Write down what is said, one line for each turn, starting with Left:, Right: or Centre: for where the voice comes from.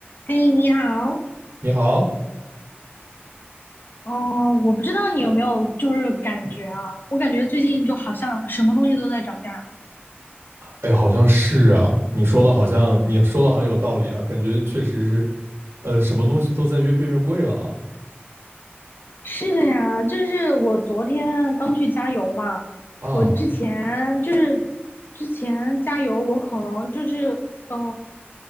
Left: 嘿，你好。
Right: 你好，
Left: 哦，我不知道你有没有就是感觉啊，我感觉最近就好像什么东西都在涨价。
Right: 哎，好像是啊，你说的好像你说的好像有道理啊，感觉确实是，呃，什么东西都在越变越贵了
Left: 是的呀，就是我昨天刚去加油嘛，
Right: 啊啊！
Left: 我之前就是之前加油，我可能就是嗯